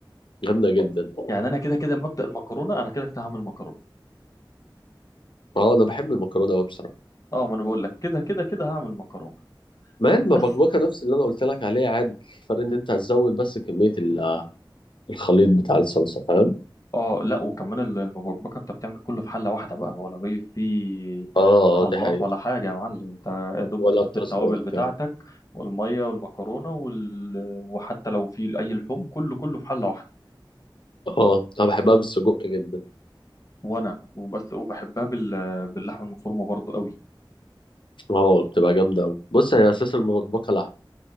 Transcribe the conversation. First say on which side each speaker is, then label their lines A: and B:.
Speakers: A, on the left; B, on the left.
A: جامدة جدا
B: يعني انا كده كده مبدأ المكرونه انا كده كده هعمل مكرونه
A: اه أنا بحب المكرونة أوي بصراحة
B: اه ما انا بقول لك كده كده كده هعمل مكرونه
A: ما هي المبكبكة
B: بس
A: نفس اللي أنا قلت لك عليها عادي الفرق إن أنت هتزود بس كمية ال- الخليط بتاع الصلصة فاهم
B: اه لا وكمان ال- المبكبكه انت بتعمل كله في حله واحده بقى ولا في في
A: اه
B: خلاط
A: آه، دي حقيقة
B: ولا حاجه يا معلم انت يا دوب
A: ولا
B: بتحط
A: بتصل
B: التوابل
A: ولا الكلام
B: بتاعتك
A: ده
B: والميه والمكرونه وال... وحتى لو في اي لحوم كله كله في حله واحده
A: اه أنا بحبها بالسجق جدا
B: وانا وبس وبحبها بال... باللحمه المفرومه برضو قوي
A: اه بتبقى جامدة أوي بص هي أساس المبكبكة لحمة